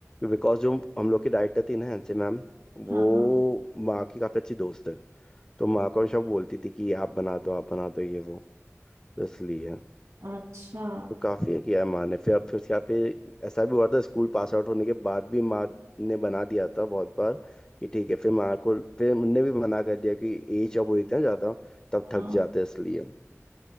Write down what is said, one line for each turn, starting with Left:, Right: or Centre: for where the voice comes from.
Left: बिकॉज जो हम लोग की डाइटर थी ना हैंसी मैम वो
Right: हाँ हाँ
Left: माँ की काफ़ी अच्छी दोस्त है तो माँ को हमेशा बोलती थी कि आप बना दो आप बना दो ये वो तो इसलिए
Right: अच्छा
Left: तो काफ़ी किया है माँ ने फिर अब फिर उसके बाद फिर ऐसा भी हुआ था स्कूल पास आउट होने के बाद भी माँ ने बना दिया था बहुत बार कि ठीक है फिर माँ को फिर उनने भी मना कर दिया कि एज जब हो जाती है ना ज़्यादा तब
Right: हाँ
Left: थक जाते हैं इसलिए